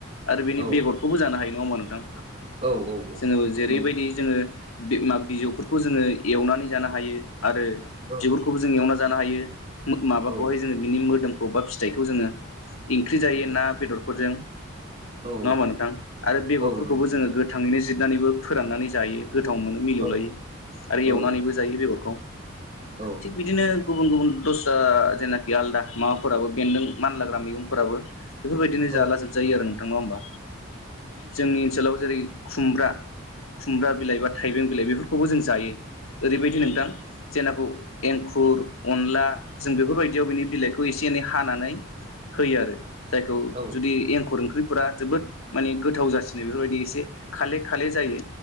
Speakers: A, on the left; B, on the right.
A: आरो बिनि
B: औ
A: बेगरखौबो जानो हायो नङा होमा नोंथां
B: औ औ औ
A: जोङो जेरैबायदि
B: नंगौ
A: जोङो बे मा बिजौफोरखौ जोङो एवनानै जानो हायो आरो
B: औ
A: बिगुरखौबो जों एवनानै ज जानो हायो म-माबाखौहाय
B: औ
A: जोङो बिनि मोदोमखौ बा फिथाइखौ जोङो ओंख्रि जायो ना बेदरफोरजों
B: औ
A: नङा होमबा नोंथां आरो बेगरफोरखौबो
B: औ नंगौ
A: जोङो गोथाङैनो जिरनानैबो फोराननानै जायो गोथाव मोनो मिलौलायो
B: औ
A: आरो
B: औ
A: एवनानैबो जायो बेगरखौ
B: औ
A: थिग बिदिनो गुबुन गुबुन दस्रा जेनाखि आलदा माबाफोराबो बेन्दों मानलाग्रा मैगंफोराबो बेफोरबायदिनो
B: औ
A: जाला जोबजायो आरो नोंथां ना होमबा जोंनि ओनसोलाव जेरै खुमब्रा खुमब्रा बिलाइ बा थाइबें बिलाइ बेफोरखौबो जों जायो ओरैबायदि नोंथां जेनाखौ एंखुर अनला जों बेफोरबायदियाव बिनि बिलाइखौ एसे एनै हानानै होयो आरो जायखौ
B: औ
A: जुदि एंखुर ओंख्रि फोरा जोबोद माने गोथाव जासिनो बेफोरबायदि एसे खाले खाले जायो